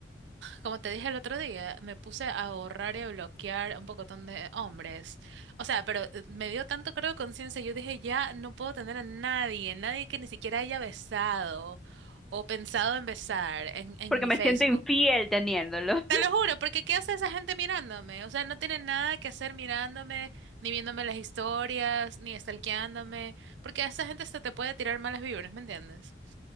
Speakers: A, on the right; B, in the centre.
A: como te dije el otro día, me puse a ahorrar y a bloquear un pocotón de hombres. O sea, pero eh, me dio tanto creo conciencia, yo dije, ya no puedo tener a nadie, nadie que ni siquiera haya besado o pensado en besar en, en
B: Porque
A: mi
B: me
A: Facebook.
B: siento infiel teniéndolo. <laughs>
A: Te lo juro, porque ¿qué hace esa gente mirándome? O sea, no tienen nada que hacer mirándome, ni viéndome las historias, ni stalkeándome, porque a esa gente hasta te puede tirar malas vibras, ¿me entiendes?